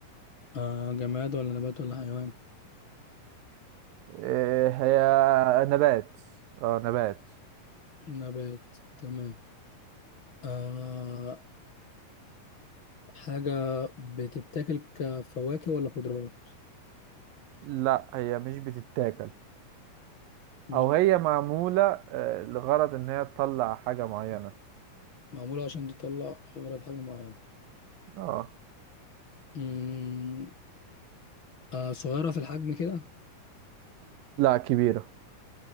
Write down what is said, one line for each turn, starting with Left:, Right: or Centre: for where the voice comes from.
Left: آه جماد ولا نبات ولا حيوان
Right: إيه هي نبات اه نبات
Left: نبات تمام آه حاجه بتتاكل كفواكه ولا خضروات
Right: لا هي مش بتتاكل
Left: مش
Right: أو هي معمولة آه، لغرض إن هي تطلع حاجة معينة
Left: معموله عشان تطلع خضرات حاجه معينه
Right: اه
Left: مم، آه صغيره في الحجم كده
Right: لا كبيرة